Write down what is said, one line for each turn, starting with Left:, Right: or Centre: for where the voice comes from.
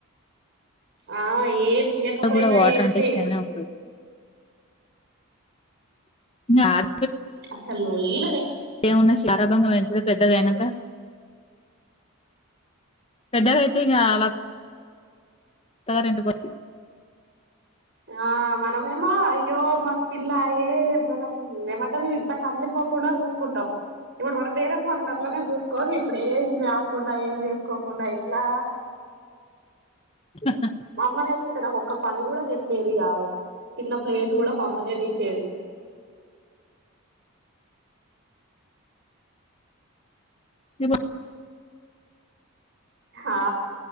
Right: ఆ ఏమియ్యకపోయినా
Left: కూడా వాటర్
Right: ఏడిపే
Left: అంటే ఇష్టమే ఉండదు నార్
Right: అసలు లీలలె
Left: ఏమున్నా శి గారాబంగా పెంచుతే పెద్దగైనంక పెద్దగైతే ఇంగ అలక్ త రెండు కో
Right: ఆ మనమేమో అయ్యో మన పిల్లాయే మనం ఏమంటరు ఇంత కందిపొప్ కూడా కూసుకుంటం ఇప్పుడు మన పేరెంట్స్ మనల్ని అట్లనే చూసుకోనీ ఇప్పుడు ఏం రాకుండా ఏం చేసుకోకుండా ఇంట్లా
Left: అ
Right: మా అమ్మనైతే ఇంకా నాకొక్క పని కూడా చెప్పేది కాదు తిన్న ప్లేట్ గుడ మా అమ్మనే తీసేది
Left: ఇ
Right: హా